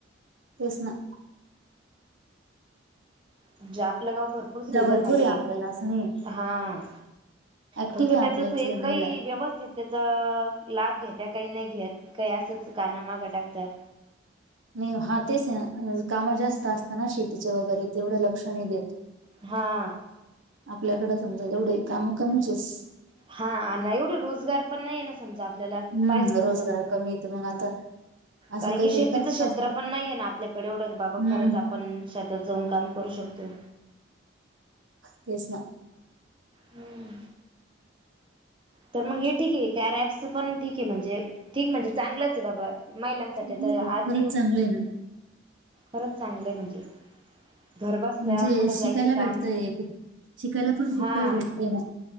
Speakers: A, on the right; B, on the right.
A: तेच ना.
B: म्हणजे आपलं गाव भरपूर सुविधा
A: भरपूर
B: खाले
A: आहे आपल्याला असं नाही
B: हा.
A: ऍक्टिव्ह
B: फक्त
A: आहे
B: त्याच
A: आपल्या इथल्या
B: तो एक
A: महिला
B: काही व्यवस्थित त्याचा लाभ घेत आहे काही नाही घेत काही असंच कानांमागं टाकतात.
A: म हा तेच ना काम जास्त असत ना शेतीचे वैगेरे तेवढं लक्ष नाही देत.
B: हा.
A: आपल्याकडे समजा एवढे काम कमीचेस.
B: हा अन् एवढे रोजगार पण नाही ना समजा. आपल्याला
A: हम्म
B: पाहिजे तसं
A: रोजगार कमीयेत मग आता असं
B: कारण
A: काहीतरी
B: की शेतीचं
A: करतच
B: क्षेत्र
A: असणार
B: पण नाहीये ना आपल्याकडे एवढं क बाबा
A: हम्म.
B: खरंच आपण शेतात जाऊन काम करू शकतो.
A: तेच ना.
B: हम्म. तर मग हे ठीक आहे कार्या ॲपच पण ठीक आहे म्हणजे ठीक म्हणजे चांगलंच आहे बाबा महिलांसाठी
A: चांगलंय,
B: तर आती
A: खरंच चांगलं आहे ना.
B: खरंच चांगलं आहे म्हणजे. घर बसल्या
A: म्हणजे
B: कुठं
A: शिकायला
B: जायचं काम,
A: भेटतंय खूप शिकायला पण खूप
B: हा.
A: काही भेटतंय ना.